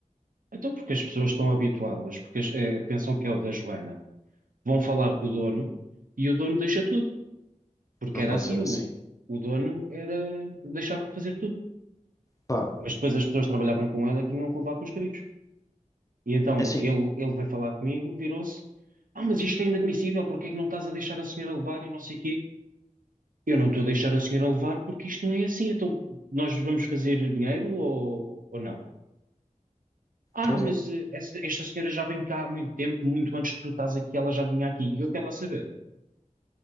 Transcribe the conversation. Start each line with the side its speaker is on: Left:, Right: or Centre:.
Right: Então, porque as pessoas estão habituadas, porque as- eh, pensam que é o da Joana, vão falar com o dono e o dono deixa tudo, porque
Left: Não
Right: era
Left: pode
Right: assim,
Left: ser
Right: o,
Left: assim.
Right: o dono era, deixava fazer tudo.
Left: Pá,
Right: Mas depois as pessoas que trabalhavam com ele é que tinham que levar com os gritos. E então
Left: é assim,
Right: ele, ele veio falar comigo, virou-se: Ah, mas isto é inadmissível, porque é que não estás a deixar a senhora levar e não sei quê? Eu não estou a deixar a senhora levar porque isto não é assim. Então nós vamos fazer dinheiro ou, ou não? Ah,
Left: joguem.
Right: mas eh, essa- esta senhora já vem cá há muito tempo, muito antes que tu estás aqui, ela já vinha aqui e eu quero lá saber.